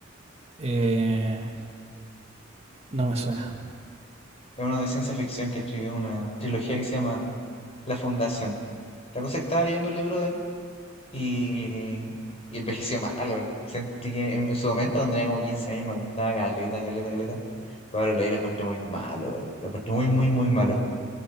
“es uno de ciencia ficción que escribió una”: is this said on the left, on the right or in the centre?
Left